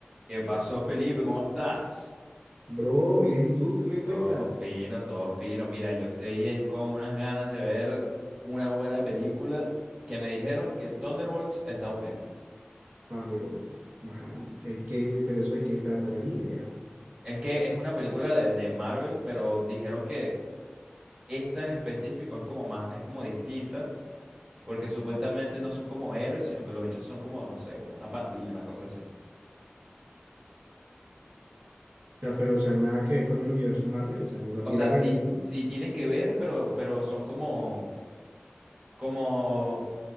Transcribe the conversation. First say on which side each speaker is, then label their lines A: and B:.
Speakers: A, on the right (about 25°); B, on the right (about 55°).
A: ¿Qué pasó, Felipe? ¿Cómo estás?
B: Bro, bien, ¿y tú qué me
A: Todo
B: cuentas?
A: fino, todo fino. Mira, yo estoy es con unas ganas de ver una buena película que me dijeron que Thunderbolts está buena.
B: Thunderbolts, marica, ¿y qué? Pero eso de qué trata, yo ni idea.
A: Es que es una película de, de Marvel, pero dijeron que esta en específico es como más, es como distinta, porque supuestamente no son como héroes, sino que los bichos son como, no sé, como una pandilla, una cosa así.
B: O sea, pero, o sea, nada que ver con el universo Marvel, o sea, no
A: O
B: tiene
A: sea,
B: relación.
A: sí, sí tiene que ver, pero, pero son como, como